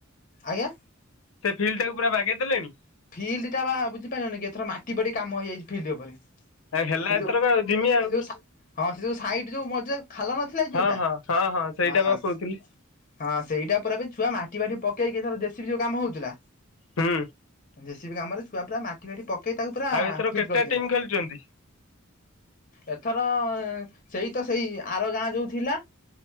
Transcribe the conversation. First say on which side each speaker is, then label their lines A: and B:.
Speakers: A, on the left (about 40°); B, on the left (about 80°).
A: ଆଜ୍ଞା।
B: ସେ ଫିଲ୍ଡ ଟାକୁ ପୁର ବାଗେଇ ଦେଲେଣି?
A: ଫିଲ୍ଡ ଟା ପା ବୁଝିପାରିଲେନି କି ଏଥର ମାଟି ଫାଟି କାମ ହେଇଯାଇଚି ଫିଲ୍ଡ ଉପରେ।
B: ଆଉ ହେଲା
A: ସେ
B: ଏଥରକ
A: ଯୋଉ
B: ଆଉ ଜିମି ଆଉ
A: ସେ ସା ହଁ ସେ ଯୋଉ ସାଇଡି ଯୋଉ ମଜି ଖାଲ ନ
B: ହଁ ହଁ ହଁ ହଁ ସେଇଟା
A: <unintelligible>
B: ବା କହୁଥିଲି
A: ହଁ ସେଇଟା ପୁରା ଛୁଆ ମାଟି ଫାଟି ପକେଇକି ଏଥର ଜେଶିପି ଯୋଉ କାମ ହଉଥିଲା।
B: ହଁ।
A: ଜେସିପି କାମରେ ଛୁଆ ପୁରା ମାଟି ଫାଟି ପକେଇ ତାକୁ ପୁରା
B: ଆଉ ଏଥର
A: ଫିଟ
B: କେତେଟା
A: କରିଚନ୍ତି।
B: ଟିମ୍ ଖେଳୁଛନ୍ତି?
A: ଏଥର ସେଇତ ସେଇ ଆର ଗାଁ ଯୋଉ ଥିଲା।